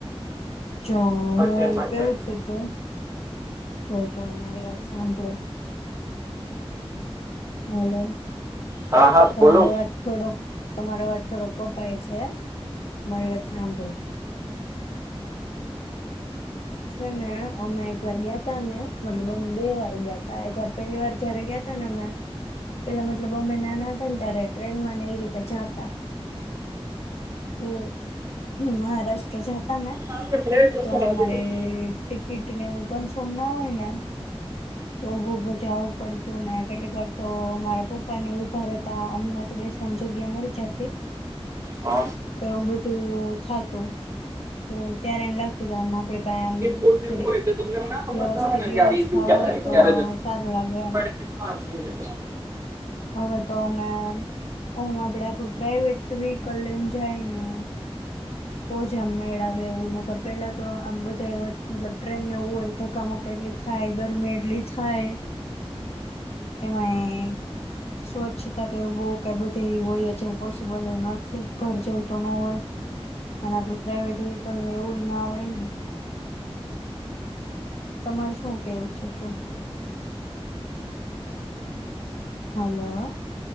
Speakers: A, on the left; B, on the right.
A: જો હું
B: ટ્રેનમાં
A: કેવું
B: જઈએ.
A: છુ તો જો જો મારી વાત સાંભળો. હલો
B: હા હા
A: તમારો
B: બોલો
A: અવાજ થોડોક તમારા અવાજ થોડો કપાય છે. મારી વાત સાંભળો. છે ને અમે એક વાર ગયા તા ને મતલબ અમે બે વાર ગયા તા એક વાર પહેલી વાર જયારે ગયતાને અમે. પેલા મતલબ અમે નાના હતા ને ત્યારે ટ્રેનમાંને એ રીતે જાતા. તો મહારાષ્ટ્ર જતા ને
B: આપણે ફ્લેટ જોશે
A: તો
B: બાજુમાં.
A: અમારે ટિકિટને એવુ કન્ફર્મ ન હોય ને તો ઉભું ઉભું જવું પડતું ને કેટલીક વાર તો અમારા પપ્પા ને ઉભા રેતા અમને તો બેસ પણ જગ્યા મળી જાતી.
B: હા
A: તો એવું બધું થતું તો ત્યારે એમ લાગતું કે આમ આપડે એમ
B: ઇમ્પોર્ટ ને
A: જરિક
B: એવું હોય એટલે તમને ના ખબર
A: વ્યવસ્થિત
B: હોય ને
A: વ્યવસ્થા
B: કે આવી ગયું ક્યારે
A: હોય તો
B: ક્યારે જ
A: સારું લાગે એમ.
B: <unintelligible>
A: હવેતો અમે ઓમ આપડે આપડું પ્રાઈવેટ વેહકલ લઈને જાય ને તો જ આમ મેળ આવે એવું ન કર પેલા તો આમ બધા મતલબ ટ્રેનને એવું હોય ધક્કામુક્કી એટલી થાય ગરમી એટલી થાય. એમાંય સ્વચ્છતા તો એવુ બહુ કઈ બધી હોય જેવ પોસિબલ નથી ઘર જેવું તો ન હોય. અને આપડું પ્રાાઈવેટ વ્હીકલ એવું ના હોય ને તમારે શું કેવું છે કે? હાલો.